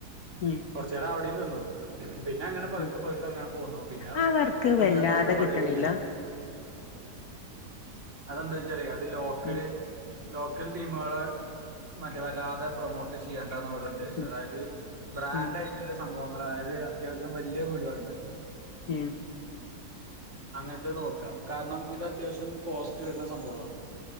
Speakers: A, on the left; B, on the right.
A: ഉം
B: കുറച്ചേരം അവിടെ നിന്നു പിന്നെ അങ്ങനെ പുക്ക്
A: ഉം
B: പുക്ക അങ്ങനെ പോന്നു പിന്നെ
A: ആ വർക്ക്
B: ഒന്ന്
A: വല്ലാതെ
B: രണ്ടടത്ത് പള്ളക്ക്
A: കിട്ടണില്ല
B: കേറി അതെന്താച്ചലെ അത് ലോക്കല്
A: ഉം
B: ലോക്കൽ ടീമുകളെ മറ്റെ വല്ലാതെ പ്രൊമോട്ട് ചെയ്യേണ്ടന്ന ഒരു ഉദ്ദേശം
A: ഉം
B: അതായത് ബ്രാൻഡ്
A: ഉം
B: ആയിട്ട്ള്ള സംഭവങ്ങൾ അതായത് അത്യാവശ്യം വലിയ വീടുകളുണ്ടല്ലോ
A: ഉം
B: അങ്ങൻത്തെ നോക്കാം കാരണം ഇത് അത്യാവശ്യം കോസ്റ്റ് വരുന്ന സംഭവണ്